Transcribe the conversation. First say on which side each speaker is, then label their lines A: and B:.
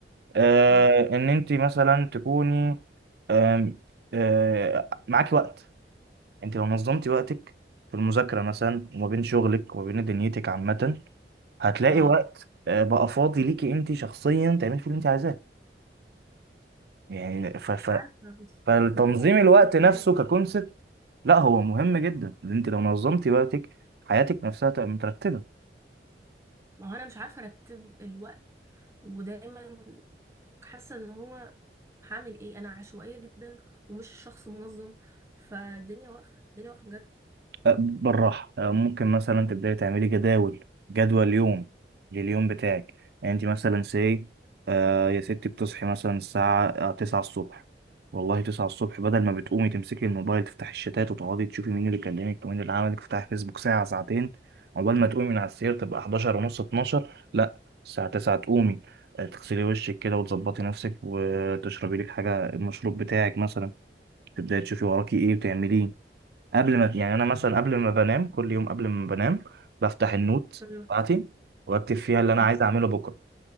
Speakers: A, on the right; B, on the right.
A: آه،
B: اه
A: ان انت مثلا تكوني آم، آه، معاكي وقت انت لو نظمتي وقتك في المذاكرة مثلا وما بين شغلك وما بين دنيتك عامة هتلاقي
B: اه
A: وقت آه، بقى فاضي ليكي انت شخصيا تعملي فيه اللي انت عايزاه يعني ف... ف...
B: مش عارفة بس
A: فالتنظيم
B: برضو الموضوع
A: الوقت
B: مش جاي
A: نفسه
B: معايا
A: ككونسبت لا هو مهم جدا ان انت لو نظمتي وقتك حياتك نفسها تبقى مترتبة
B: ما هو انا مش عارفة ارتب الوقت ودايما حاسة ان هو هعمل ايه انا عشوائية جدا ومش شخص منظم فالدنيا واقفة الدنيا واقفة بجد
A: آه، بالراحة آه، ممكن مثلا تبدأي تعملي جداول جدول يوم لليوم بتاعك يعني انت مثلا سي آه يا ستي بتصحي مثلا الساعة آه، تسعة الصبح والله تسعة الصبح بدل ما بتقومي تمسكي الموبايل تفتحي الشتات وتقعدي تشوفي مين اللي كلمك ومين اللي عملك تفتحي فيسبوك ساعة ساعتين عقبال ما تقومي من على السرير تبقى 11 ونص 12 لا الساعة 9 تقومي آه، تغسلي وشك كده وتظبطي نفسك وتشربي لك حاجة المشروب بتاعك مثلا تبدأي تشوفي وراكي ايه وتعمليه قبل ما يعني انا مثلا قبل ما بنام كل يوم قبل ما بنام بفتح النوت
B: مم.
A: بتاعتي واكتب فيها اللي انا
B: ايوه
A: عايز اعمله بكره